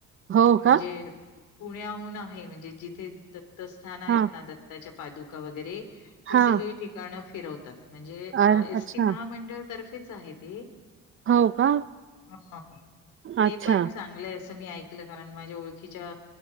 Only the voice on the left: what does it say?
म्हणजे
पुण्याहून आहे, म्हणजे जिथे दत्तस्थान आहेत
ना दत्ताच्या पादुका वगैरे ती
सगळी ठिकाण फिरवतात म्हणजे
एस.
टी महामंडळतर्फेच आहे ते
अ हा ते
पण चांगलय अस मी ऐक कल कारण माझ्या ओळखीच्या